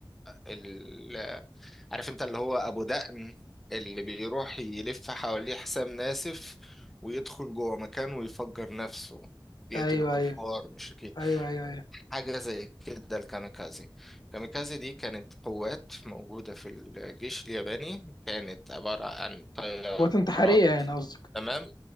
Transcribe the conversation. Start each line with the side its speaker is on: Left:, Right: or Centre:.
Centre: ال... عارف انت اللي هو أبو دقن اللي بيروح يلف حواليه حسام ناسف ويدخل جوه مكان ويفجر نفسه بيقتل
Left: ايوه
Centre: الكفار
Left: ايوه
Centre: مشركين
Left: ايوه ايوه ايوه
Centre: حاجة زي كده الكاميكازي الكاميكازي دي كانت قوات موجودة في الجيش الياباني كانت عبارة عن طيارات
Left: قوات انتحاريه يعني قصدك
Centre: تمام